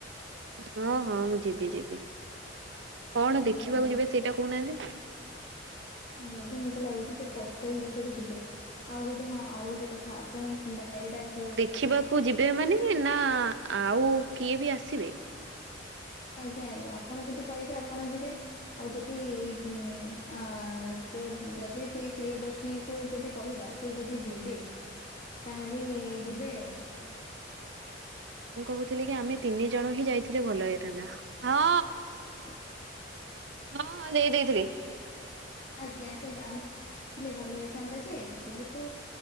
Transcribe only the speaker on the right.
ହଁ ହଁ ମୁଁ ଯିବି ଯିବି। କଣ
ଦେଖିବାକୁ
ଯିବେ ସେଇଟା କହୁନାହାନ୍ତି?
ଦେଖିବାକୁ ଯିବେ ମାନେ ନା ଆଉ କିଏ ବି ଆସିବେ?
ମୁଁ କହୁଥିଲି କି ଆମେ ତିନି ଜଣ ହିଁ ଯାଇଥିଲେ ଭଲ ହେଇଥାନ୍ତା। ହଁ
ହଁ ହଁ ଦେଇ ଦେଇଥିଲି।